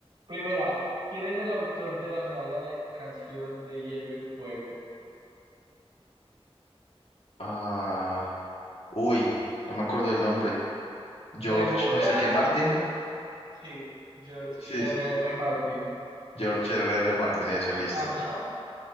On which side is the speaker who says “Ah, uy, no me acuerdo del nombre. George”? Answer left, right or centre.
Left